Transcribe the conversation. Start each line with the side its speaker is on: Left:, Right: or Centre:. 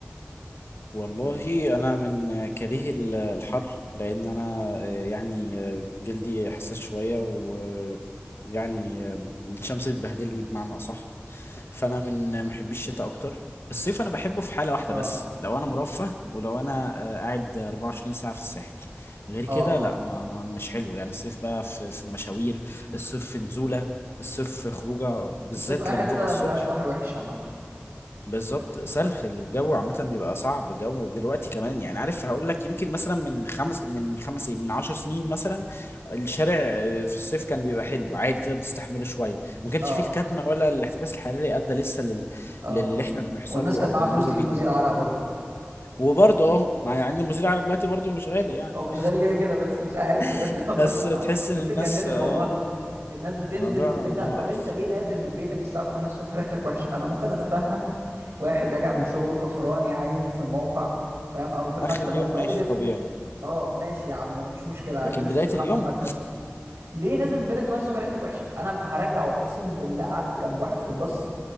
Left: والله انا من كارهي ال- الحر لان انا آه، يعني آه، جلدي حساس شويه ويعني الشمس بتبهدلني بمعنى اصح فانا من محبي الشتاء اكتر الصيف انا بحبه في حاله واحده
Right: اه
Left: بس لو انا مرفه ولو انا آه، قاعد 24 ساعه في الساحل غير
Right: اه
Left: كده لا ما ما- مش حلو يعني الصيف بقى في في مشاوير الصيف في نزوله الصيف في خروجه بالذات
Right: الصيف اي
Left: لما
Right: حتة
Left: تبقى الصبح
Right: ما فيهاش بحر وحش عامة
Left: بالظبط سلخ الجو عامة بيبقى صعب جو دلوقتي كمان يعني عارف هقول لك يمكن مثلا من خمس من خمس إيه، من عشر سنين مثلا الشارع آه، في الصيف كان بيبقى حلو عادي تقدر تستحمله شوية ما كانش
Right: اه
Left: فيه الكتمة ولا الاحتباس الحراري أدى لسه لل...
Right: اه
Left: للي احنا بنحصل
Right: والناس
Left: له
Right: كان
Left: أو
Right: معاها
Left: بنمر
Right: فلوس تجيب
Left: بيه
Right: مزيل
Left: دلوقتي
Right: عرق برضه
Left: وبرضه اه مع إن المزيل على دلوقتي برضه مش غالي يعني
Right: هو مش غالي كده كده بس مش عارف بجد
Left: <laughs>
Right: <laughs> هو الناس
Left: بس
Right: مالها
Left: تحس إن
Right: الناس
Left: الناس
Right: اتجننت
Left: اه
Right: والله الناس بتنزل
Left: الموضوع
Right: من بيتها
Left: مقرف
Right: طب انت ليه نازل من بيتك الساعه 8 الصبح ريحتك وحشه انا ممكن اتفهم واحد راجع من شغله كفران يا عيني في الموقع فاهم او في المكتب
Left: آخر اليوم
Right: او في
Left: ماشي
Right: اي زفت
Left: طبيعي
Right: اه ماشي يا عم مفيش مشكله
Left: لكن
Right: اكيد مش
Left: بداية
Right: هتستحمى
Left: اليوم
Right: في المكتب ليه نازل من بيتك 8 الصبح ريحتك وحشه انا هرجع اقسم بالله قعدت جنب واحد في الباص